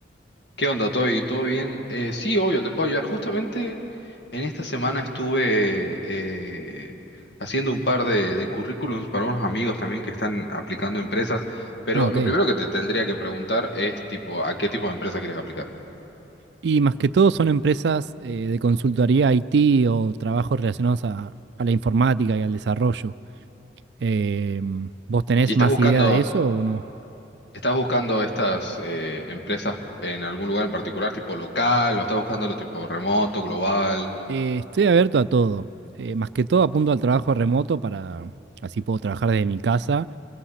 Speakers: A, on the left; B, on the right.
A: ¿Qué onda, Toy? ¿Todo bien? Eh, sí, obvio, te puedo ayudar. Justamente en esta semana estuve eh, haciendo un par de, de currículums para unos amigos también que están aplicando a empresas, pero
B: Ah, ok.
A: lo primero que te tendría que preguntar es tipo, ¿a qué tipo de empresa quieres aplicar?
B: Y más que todo son empresas eh, de consultoría IT o trabajos relacionados a, a la informática y al desarrollo. Em, ¿vos tenés
A: ¿Y estás
B: más
A: buscando,
B: idea de eso o no?
A: estás buscando estas eh, empresas en algún lugar en particular, tipo local, o estás buscándolo tipo remoto, global?
B: Eh, estoy abierto a todo. Eh, más que todo apunto al trabajo remoto para, así puedo trabajar desde mi casa